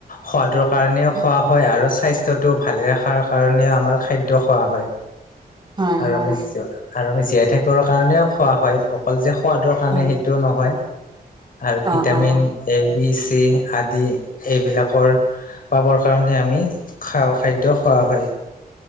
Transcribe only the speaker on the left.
সোৱাদৰ কাৰণেও খোৱা হয়। আৰু স্বাস্থ্যটো ভালে ৰখাৰ কাৰণে আমাৰ খাদ্য খোৱা হয়।
আৰু
আমি আৰু আমি জীয়াই থাকিব কাৰণেও খোৱা হয়। অকল যে সোৱাদৰ কাৰণে
সেইটোও নহয়। আৰু ভিটামিন
এ বি, চি আদি এইবিলাকৰ পাবৰ কাৰণে আমি খাওঁ খাদ্য খোৱাওঁ অ হয়।